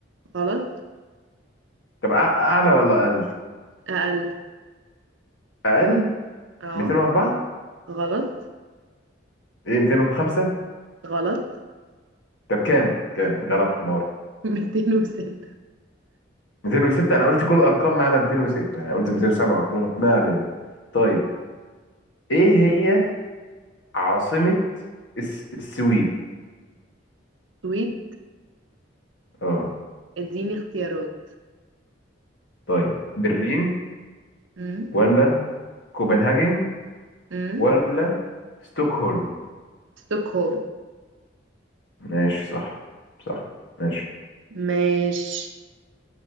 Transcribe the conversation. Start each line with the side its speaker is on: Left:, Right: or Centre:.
Right: غلط
Left: طب أع- اعلى ولا اقل
Right: أقل
Left: اقل
Right: اه
Left: 204
Right: غلط
Left: ايه 205
Right: غلط
Left: طب كام كام غلب حماري
Right: <laughs> 206
Left: 206 انا قلت كل الارقام ما عدا 206 يعني قلت 207 و 200 ما علينا طيب ايه هي عاصمة الس- السويد
Right: سويد
Left: اه
Right: اديني اختيارات
Left: طيب برلين
Right: مم.
Left: ولا كوبنهاجن
Right: مم.
Left: ولا ستوكهولم
Right: ستوكهولم
Left: ماشي صح صح ماشي
Right: ماشي